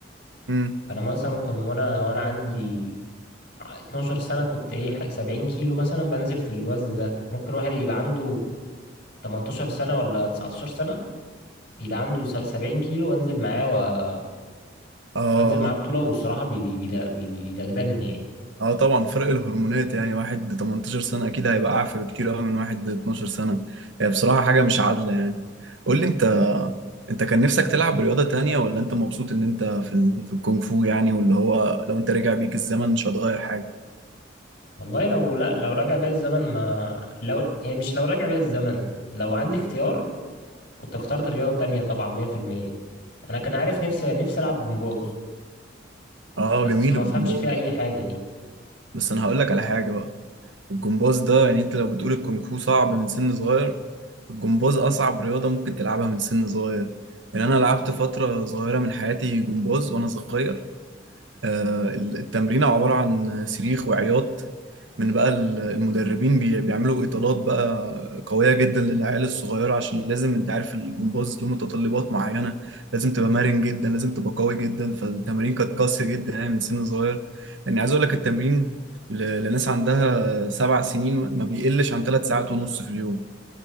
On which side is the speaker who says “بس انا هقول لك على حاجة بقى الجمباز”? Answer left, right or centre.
Right